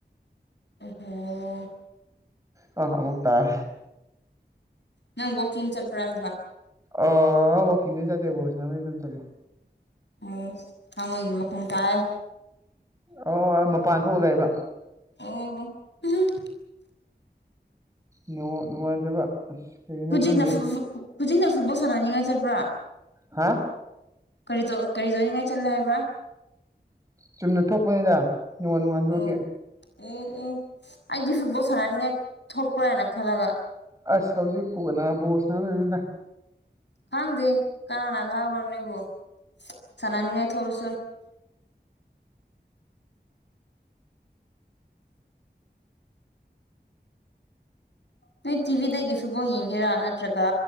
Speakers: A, on the left (about 85°); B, on the right (about 20°).
A: ꯑꯣꯍꯣ
B: ꯑ ꯑꯃꯨꯛ ꯇꯥꯏ
A: ꯅꯪ ꯋꯥꯀꯤꯡ ꯆꯠꯄ꯭ꯔꯥ ꯍꯥꯏꯕ
B: ꯑ ꯋꯥꯀꯤꯡꯗꯤ ꯆꯦꯇꯦ ꯕꯣꯜ ꯁꯥꯟꯅꯕ ꯑꯗꯨꯝ ꯆꯠꯂꯦ
A: ꯑꯣ ꯍꯉꯣꯏꯒꯤ ꯃꯈꫭꯟ ꯇꯥꯏ
B: ꯑꯣ ꯃꯄꯥꯟ ꯊꯣꯛꯑ ꯂꯩꯕ
A: ꯑꯣ ꯑꯣ ꯎꯝ
B: ꯅꯤꯋꯥꯛ ꯅꯨꯡꯉꯥꯏꯇꯕ ꯑꯁ ꯀꯩꯒꯤꯅꯣ
A: ꯍꯧꯖꯤꯛꯅ
B: ꯈꯪꯗꯦ
A: <unintelligible> ꯍꯧꯖꯤꯛꯅ ꯐꯨꯠꯕꯣꯜ ꯁꯥꯟꯅꯅꯤꯡꯉꯥꯏ ꯆꯠꯄ꯭ꯔꯥ
B: ꯍꯥ
A: ꯀꯔꯤ ꯇꯧ ꯀꯔꯤ ꯇꯧꯅꯤꯡꯉꯥꯏ ꯆꯜꯂꯦ ꯍꯥꯏꯕ꯭ꯔꯥ
B: ꯆꯨꯝꯅ ꯊꯣꯛꯄꯅꯤꯅ ꯅꯅꯤꯉꯜ ꯅꯨꯡꯉꯥꯜꯗꯒꯤ
A: ꯑꯣ ꯑꯣ ꯑꯣ ꯑꯩꯗꯤ ꯐꯨꯠꯕꯣꯜ ꯁꯥꯟꯅꯅꯤꯡꯉꯥꯏ ꯊꯣꯛꯄ꯭ꯔꯥꯅ ꯈꯜꯂꯒ
B: ꯑꯁ ꯍꯧꯖꯤꯛꯄꯨ ꯀꯅꯥ ꯕꯣꯜ ꯁꯟꯅꯥ ꯗꯣꯏꯅꯣꯗꯥ
A: ꯈꯥꯡꯗꯦ ꯀꯅꯥꯅ ꯈꯥꯡꯕ꯭ꯔꯣ ꯅꯕꯨ ꯁꯥꯟꯅꯅꯤꯡꯉꯥꯏ ꯊꯣꯛꯑꯁꯨ ꯅꯣꯏ ꯇꯤꯚꯤꯗꯒꯤ ꯐꯨꯠꯕꯣꯜ ꯌꯦꯡꯒꯦꯔꯥ ꯅꯠꯇ꯭ꯔꯒ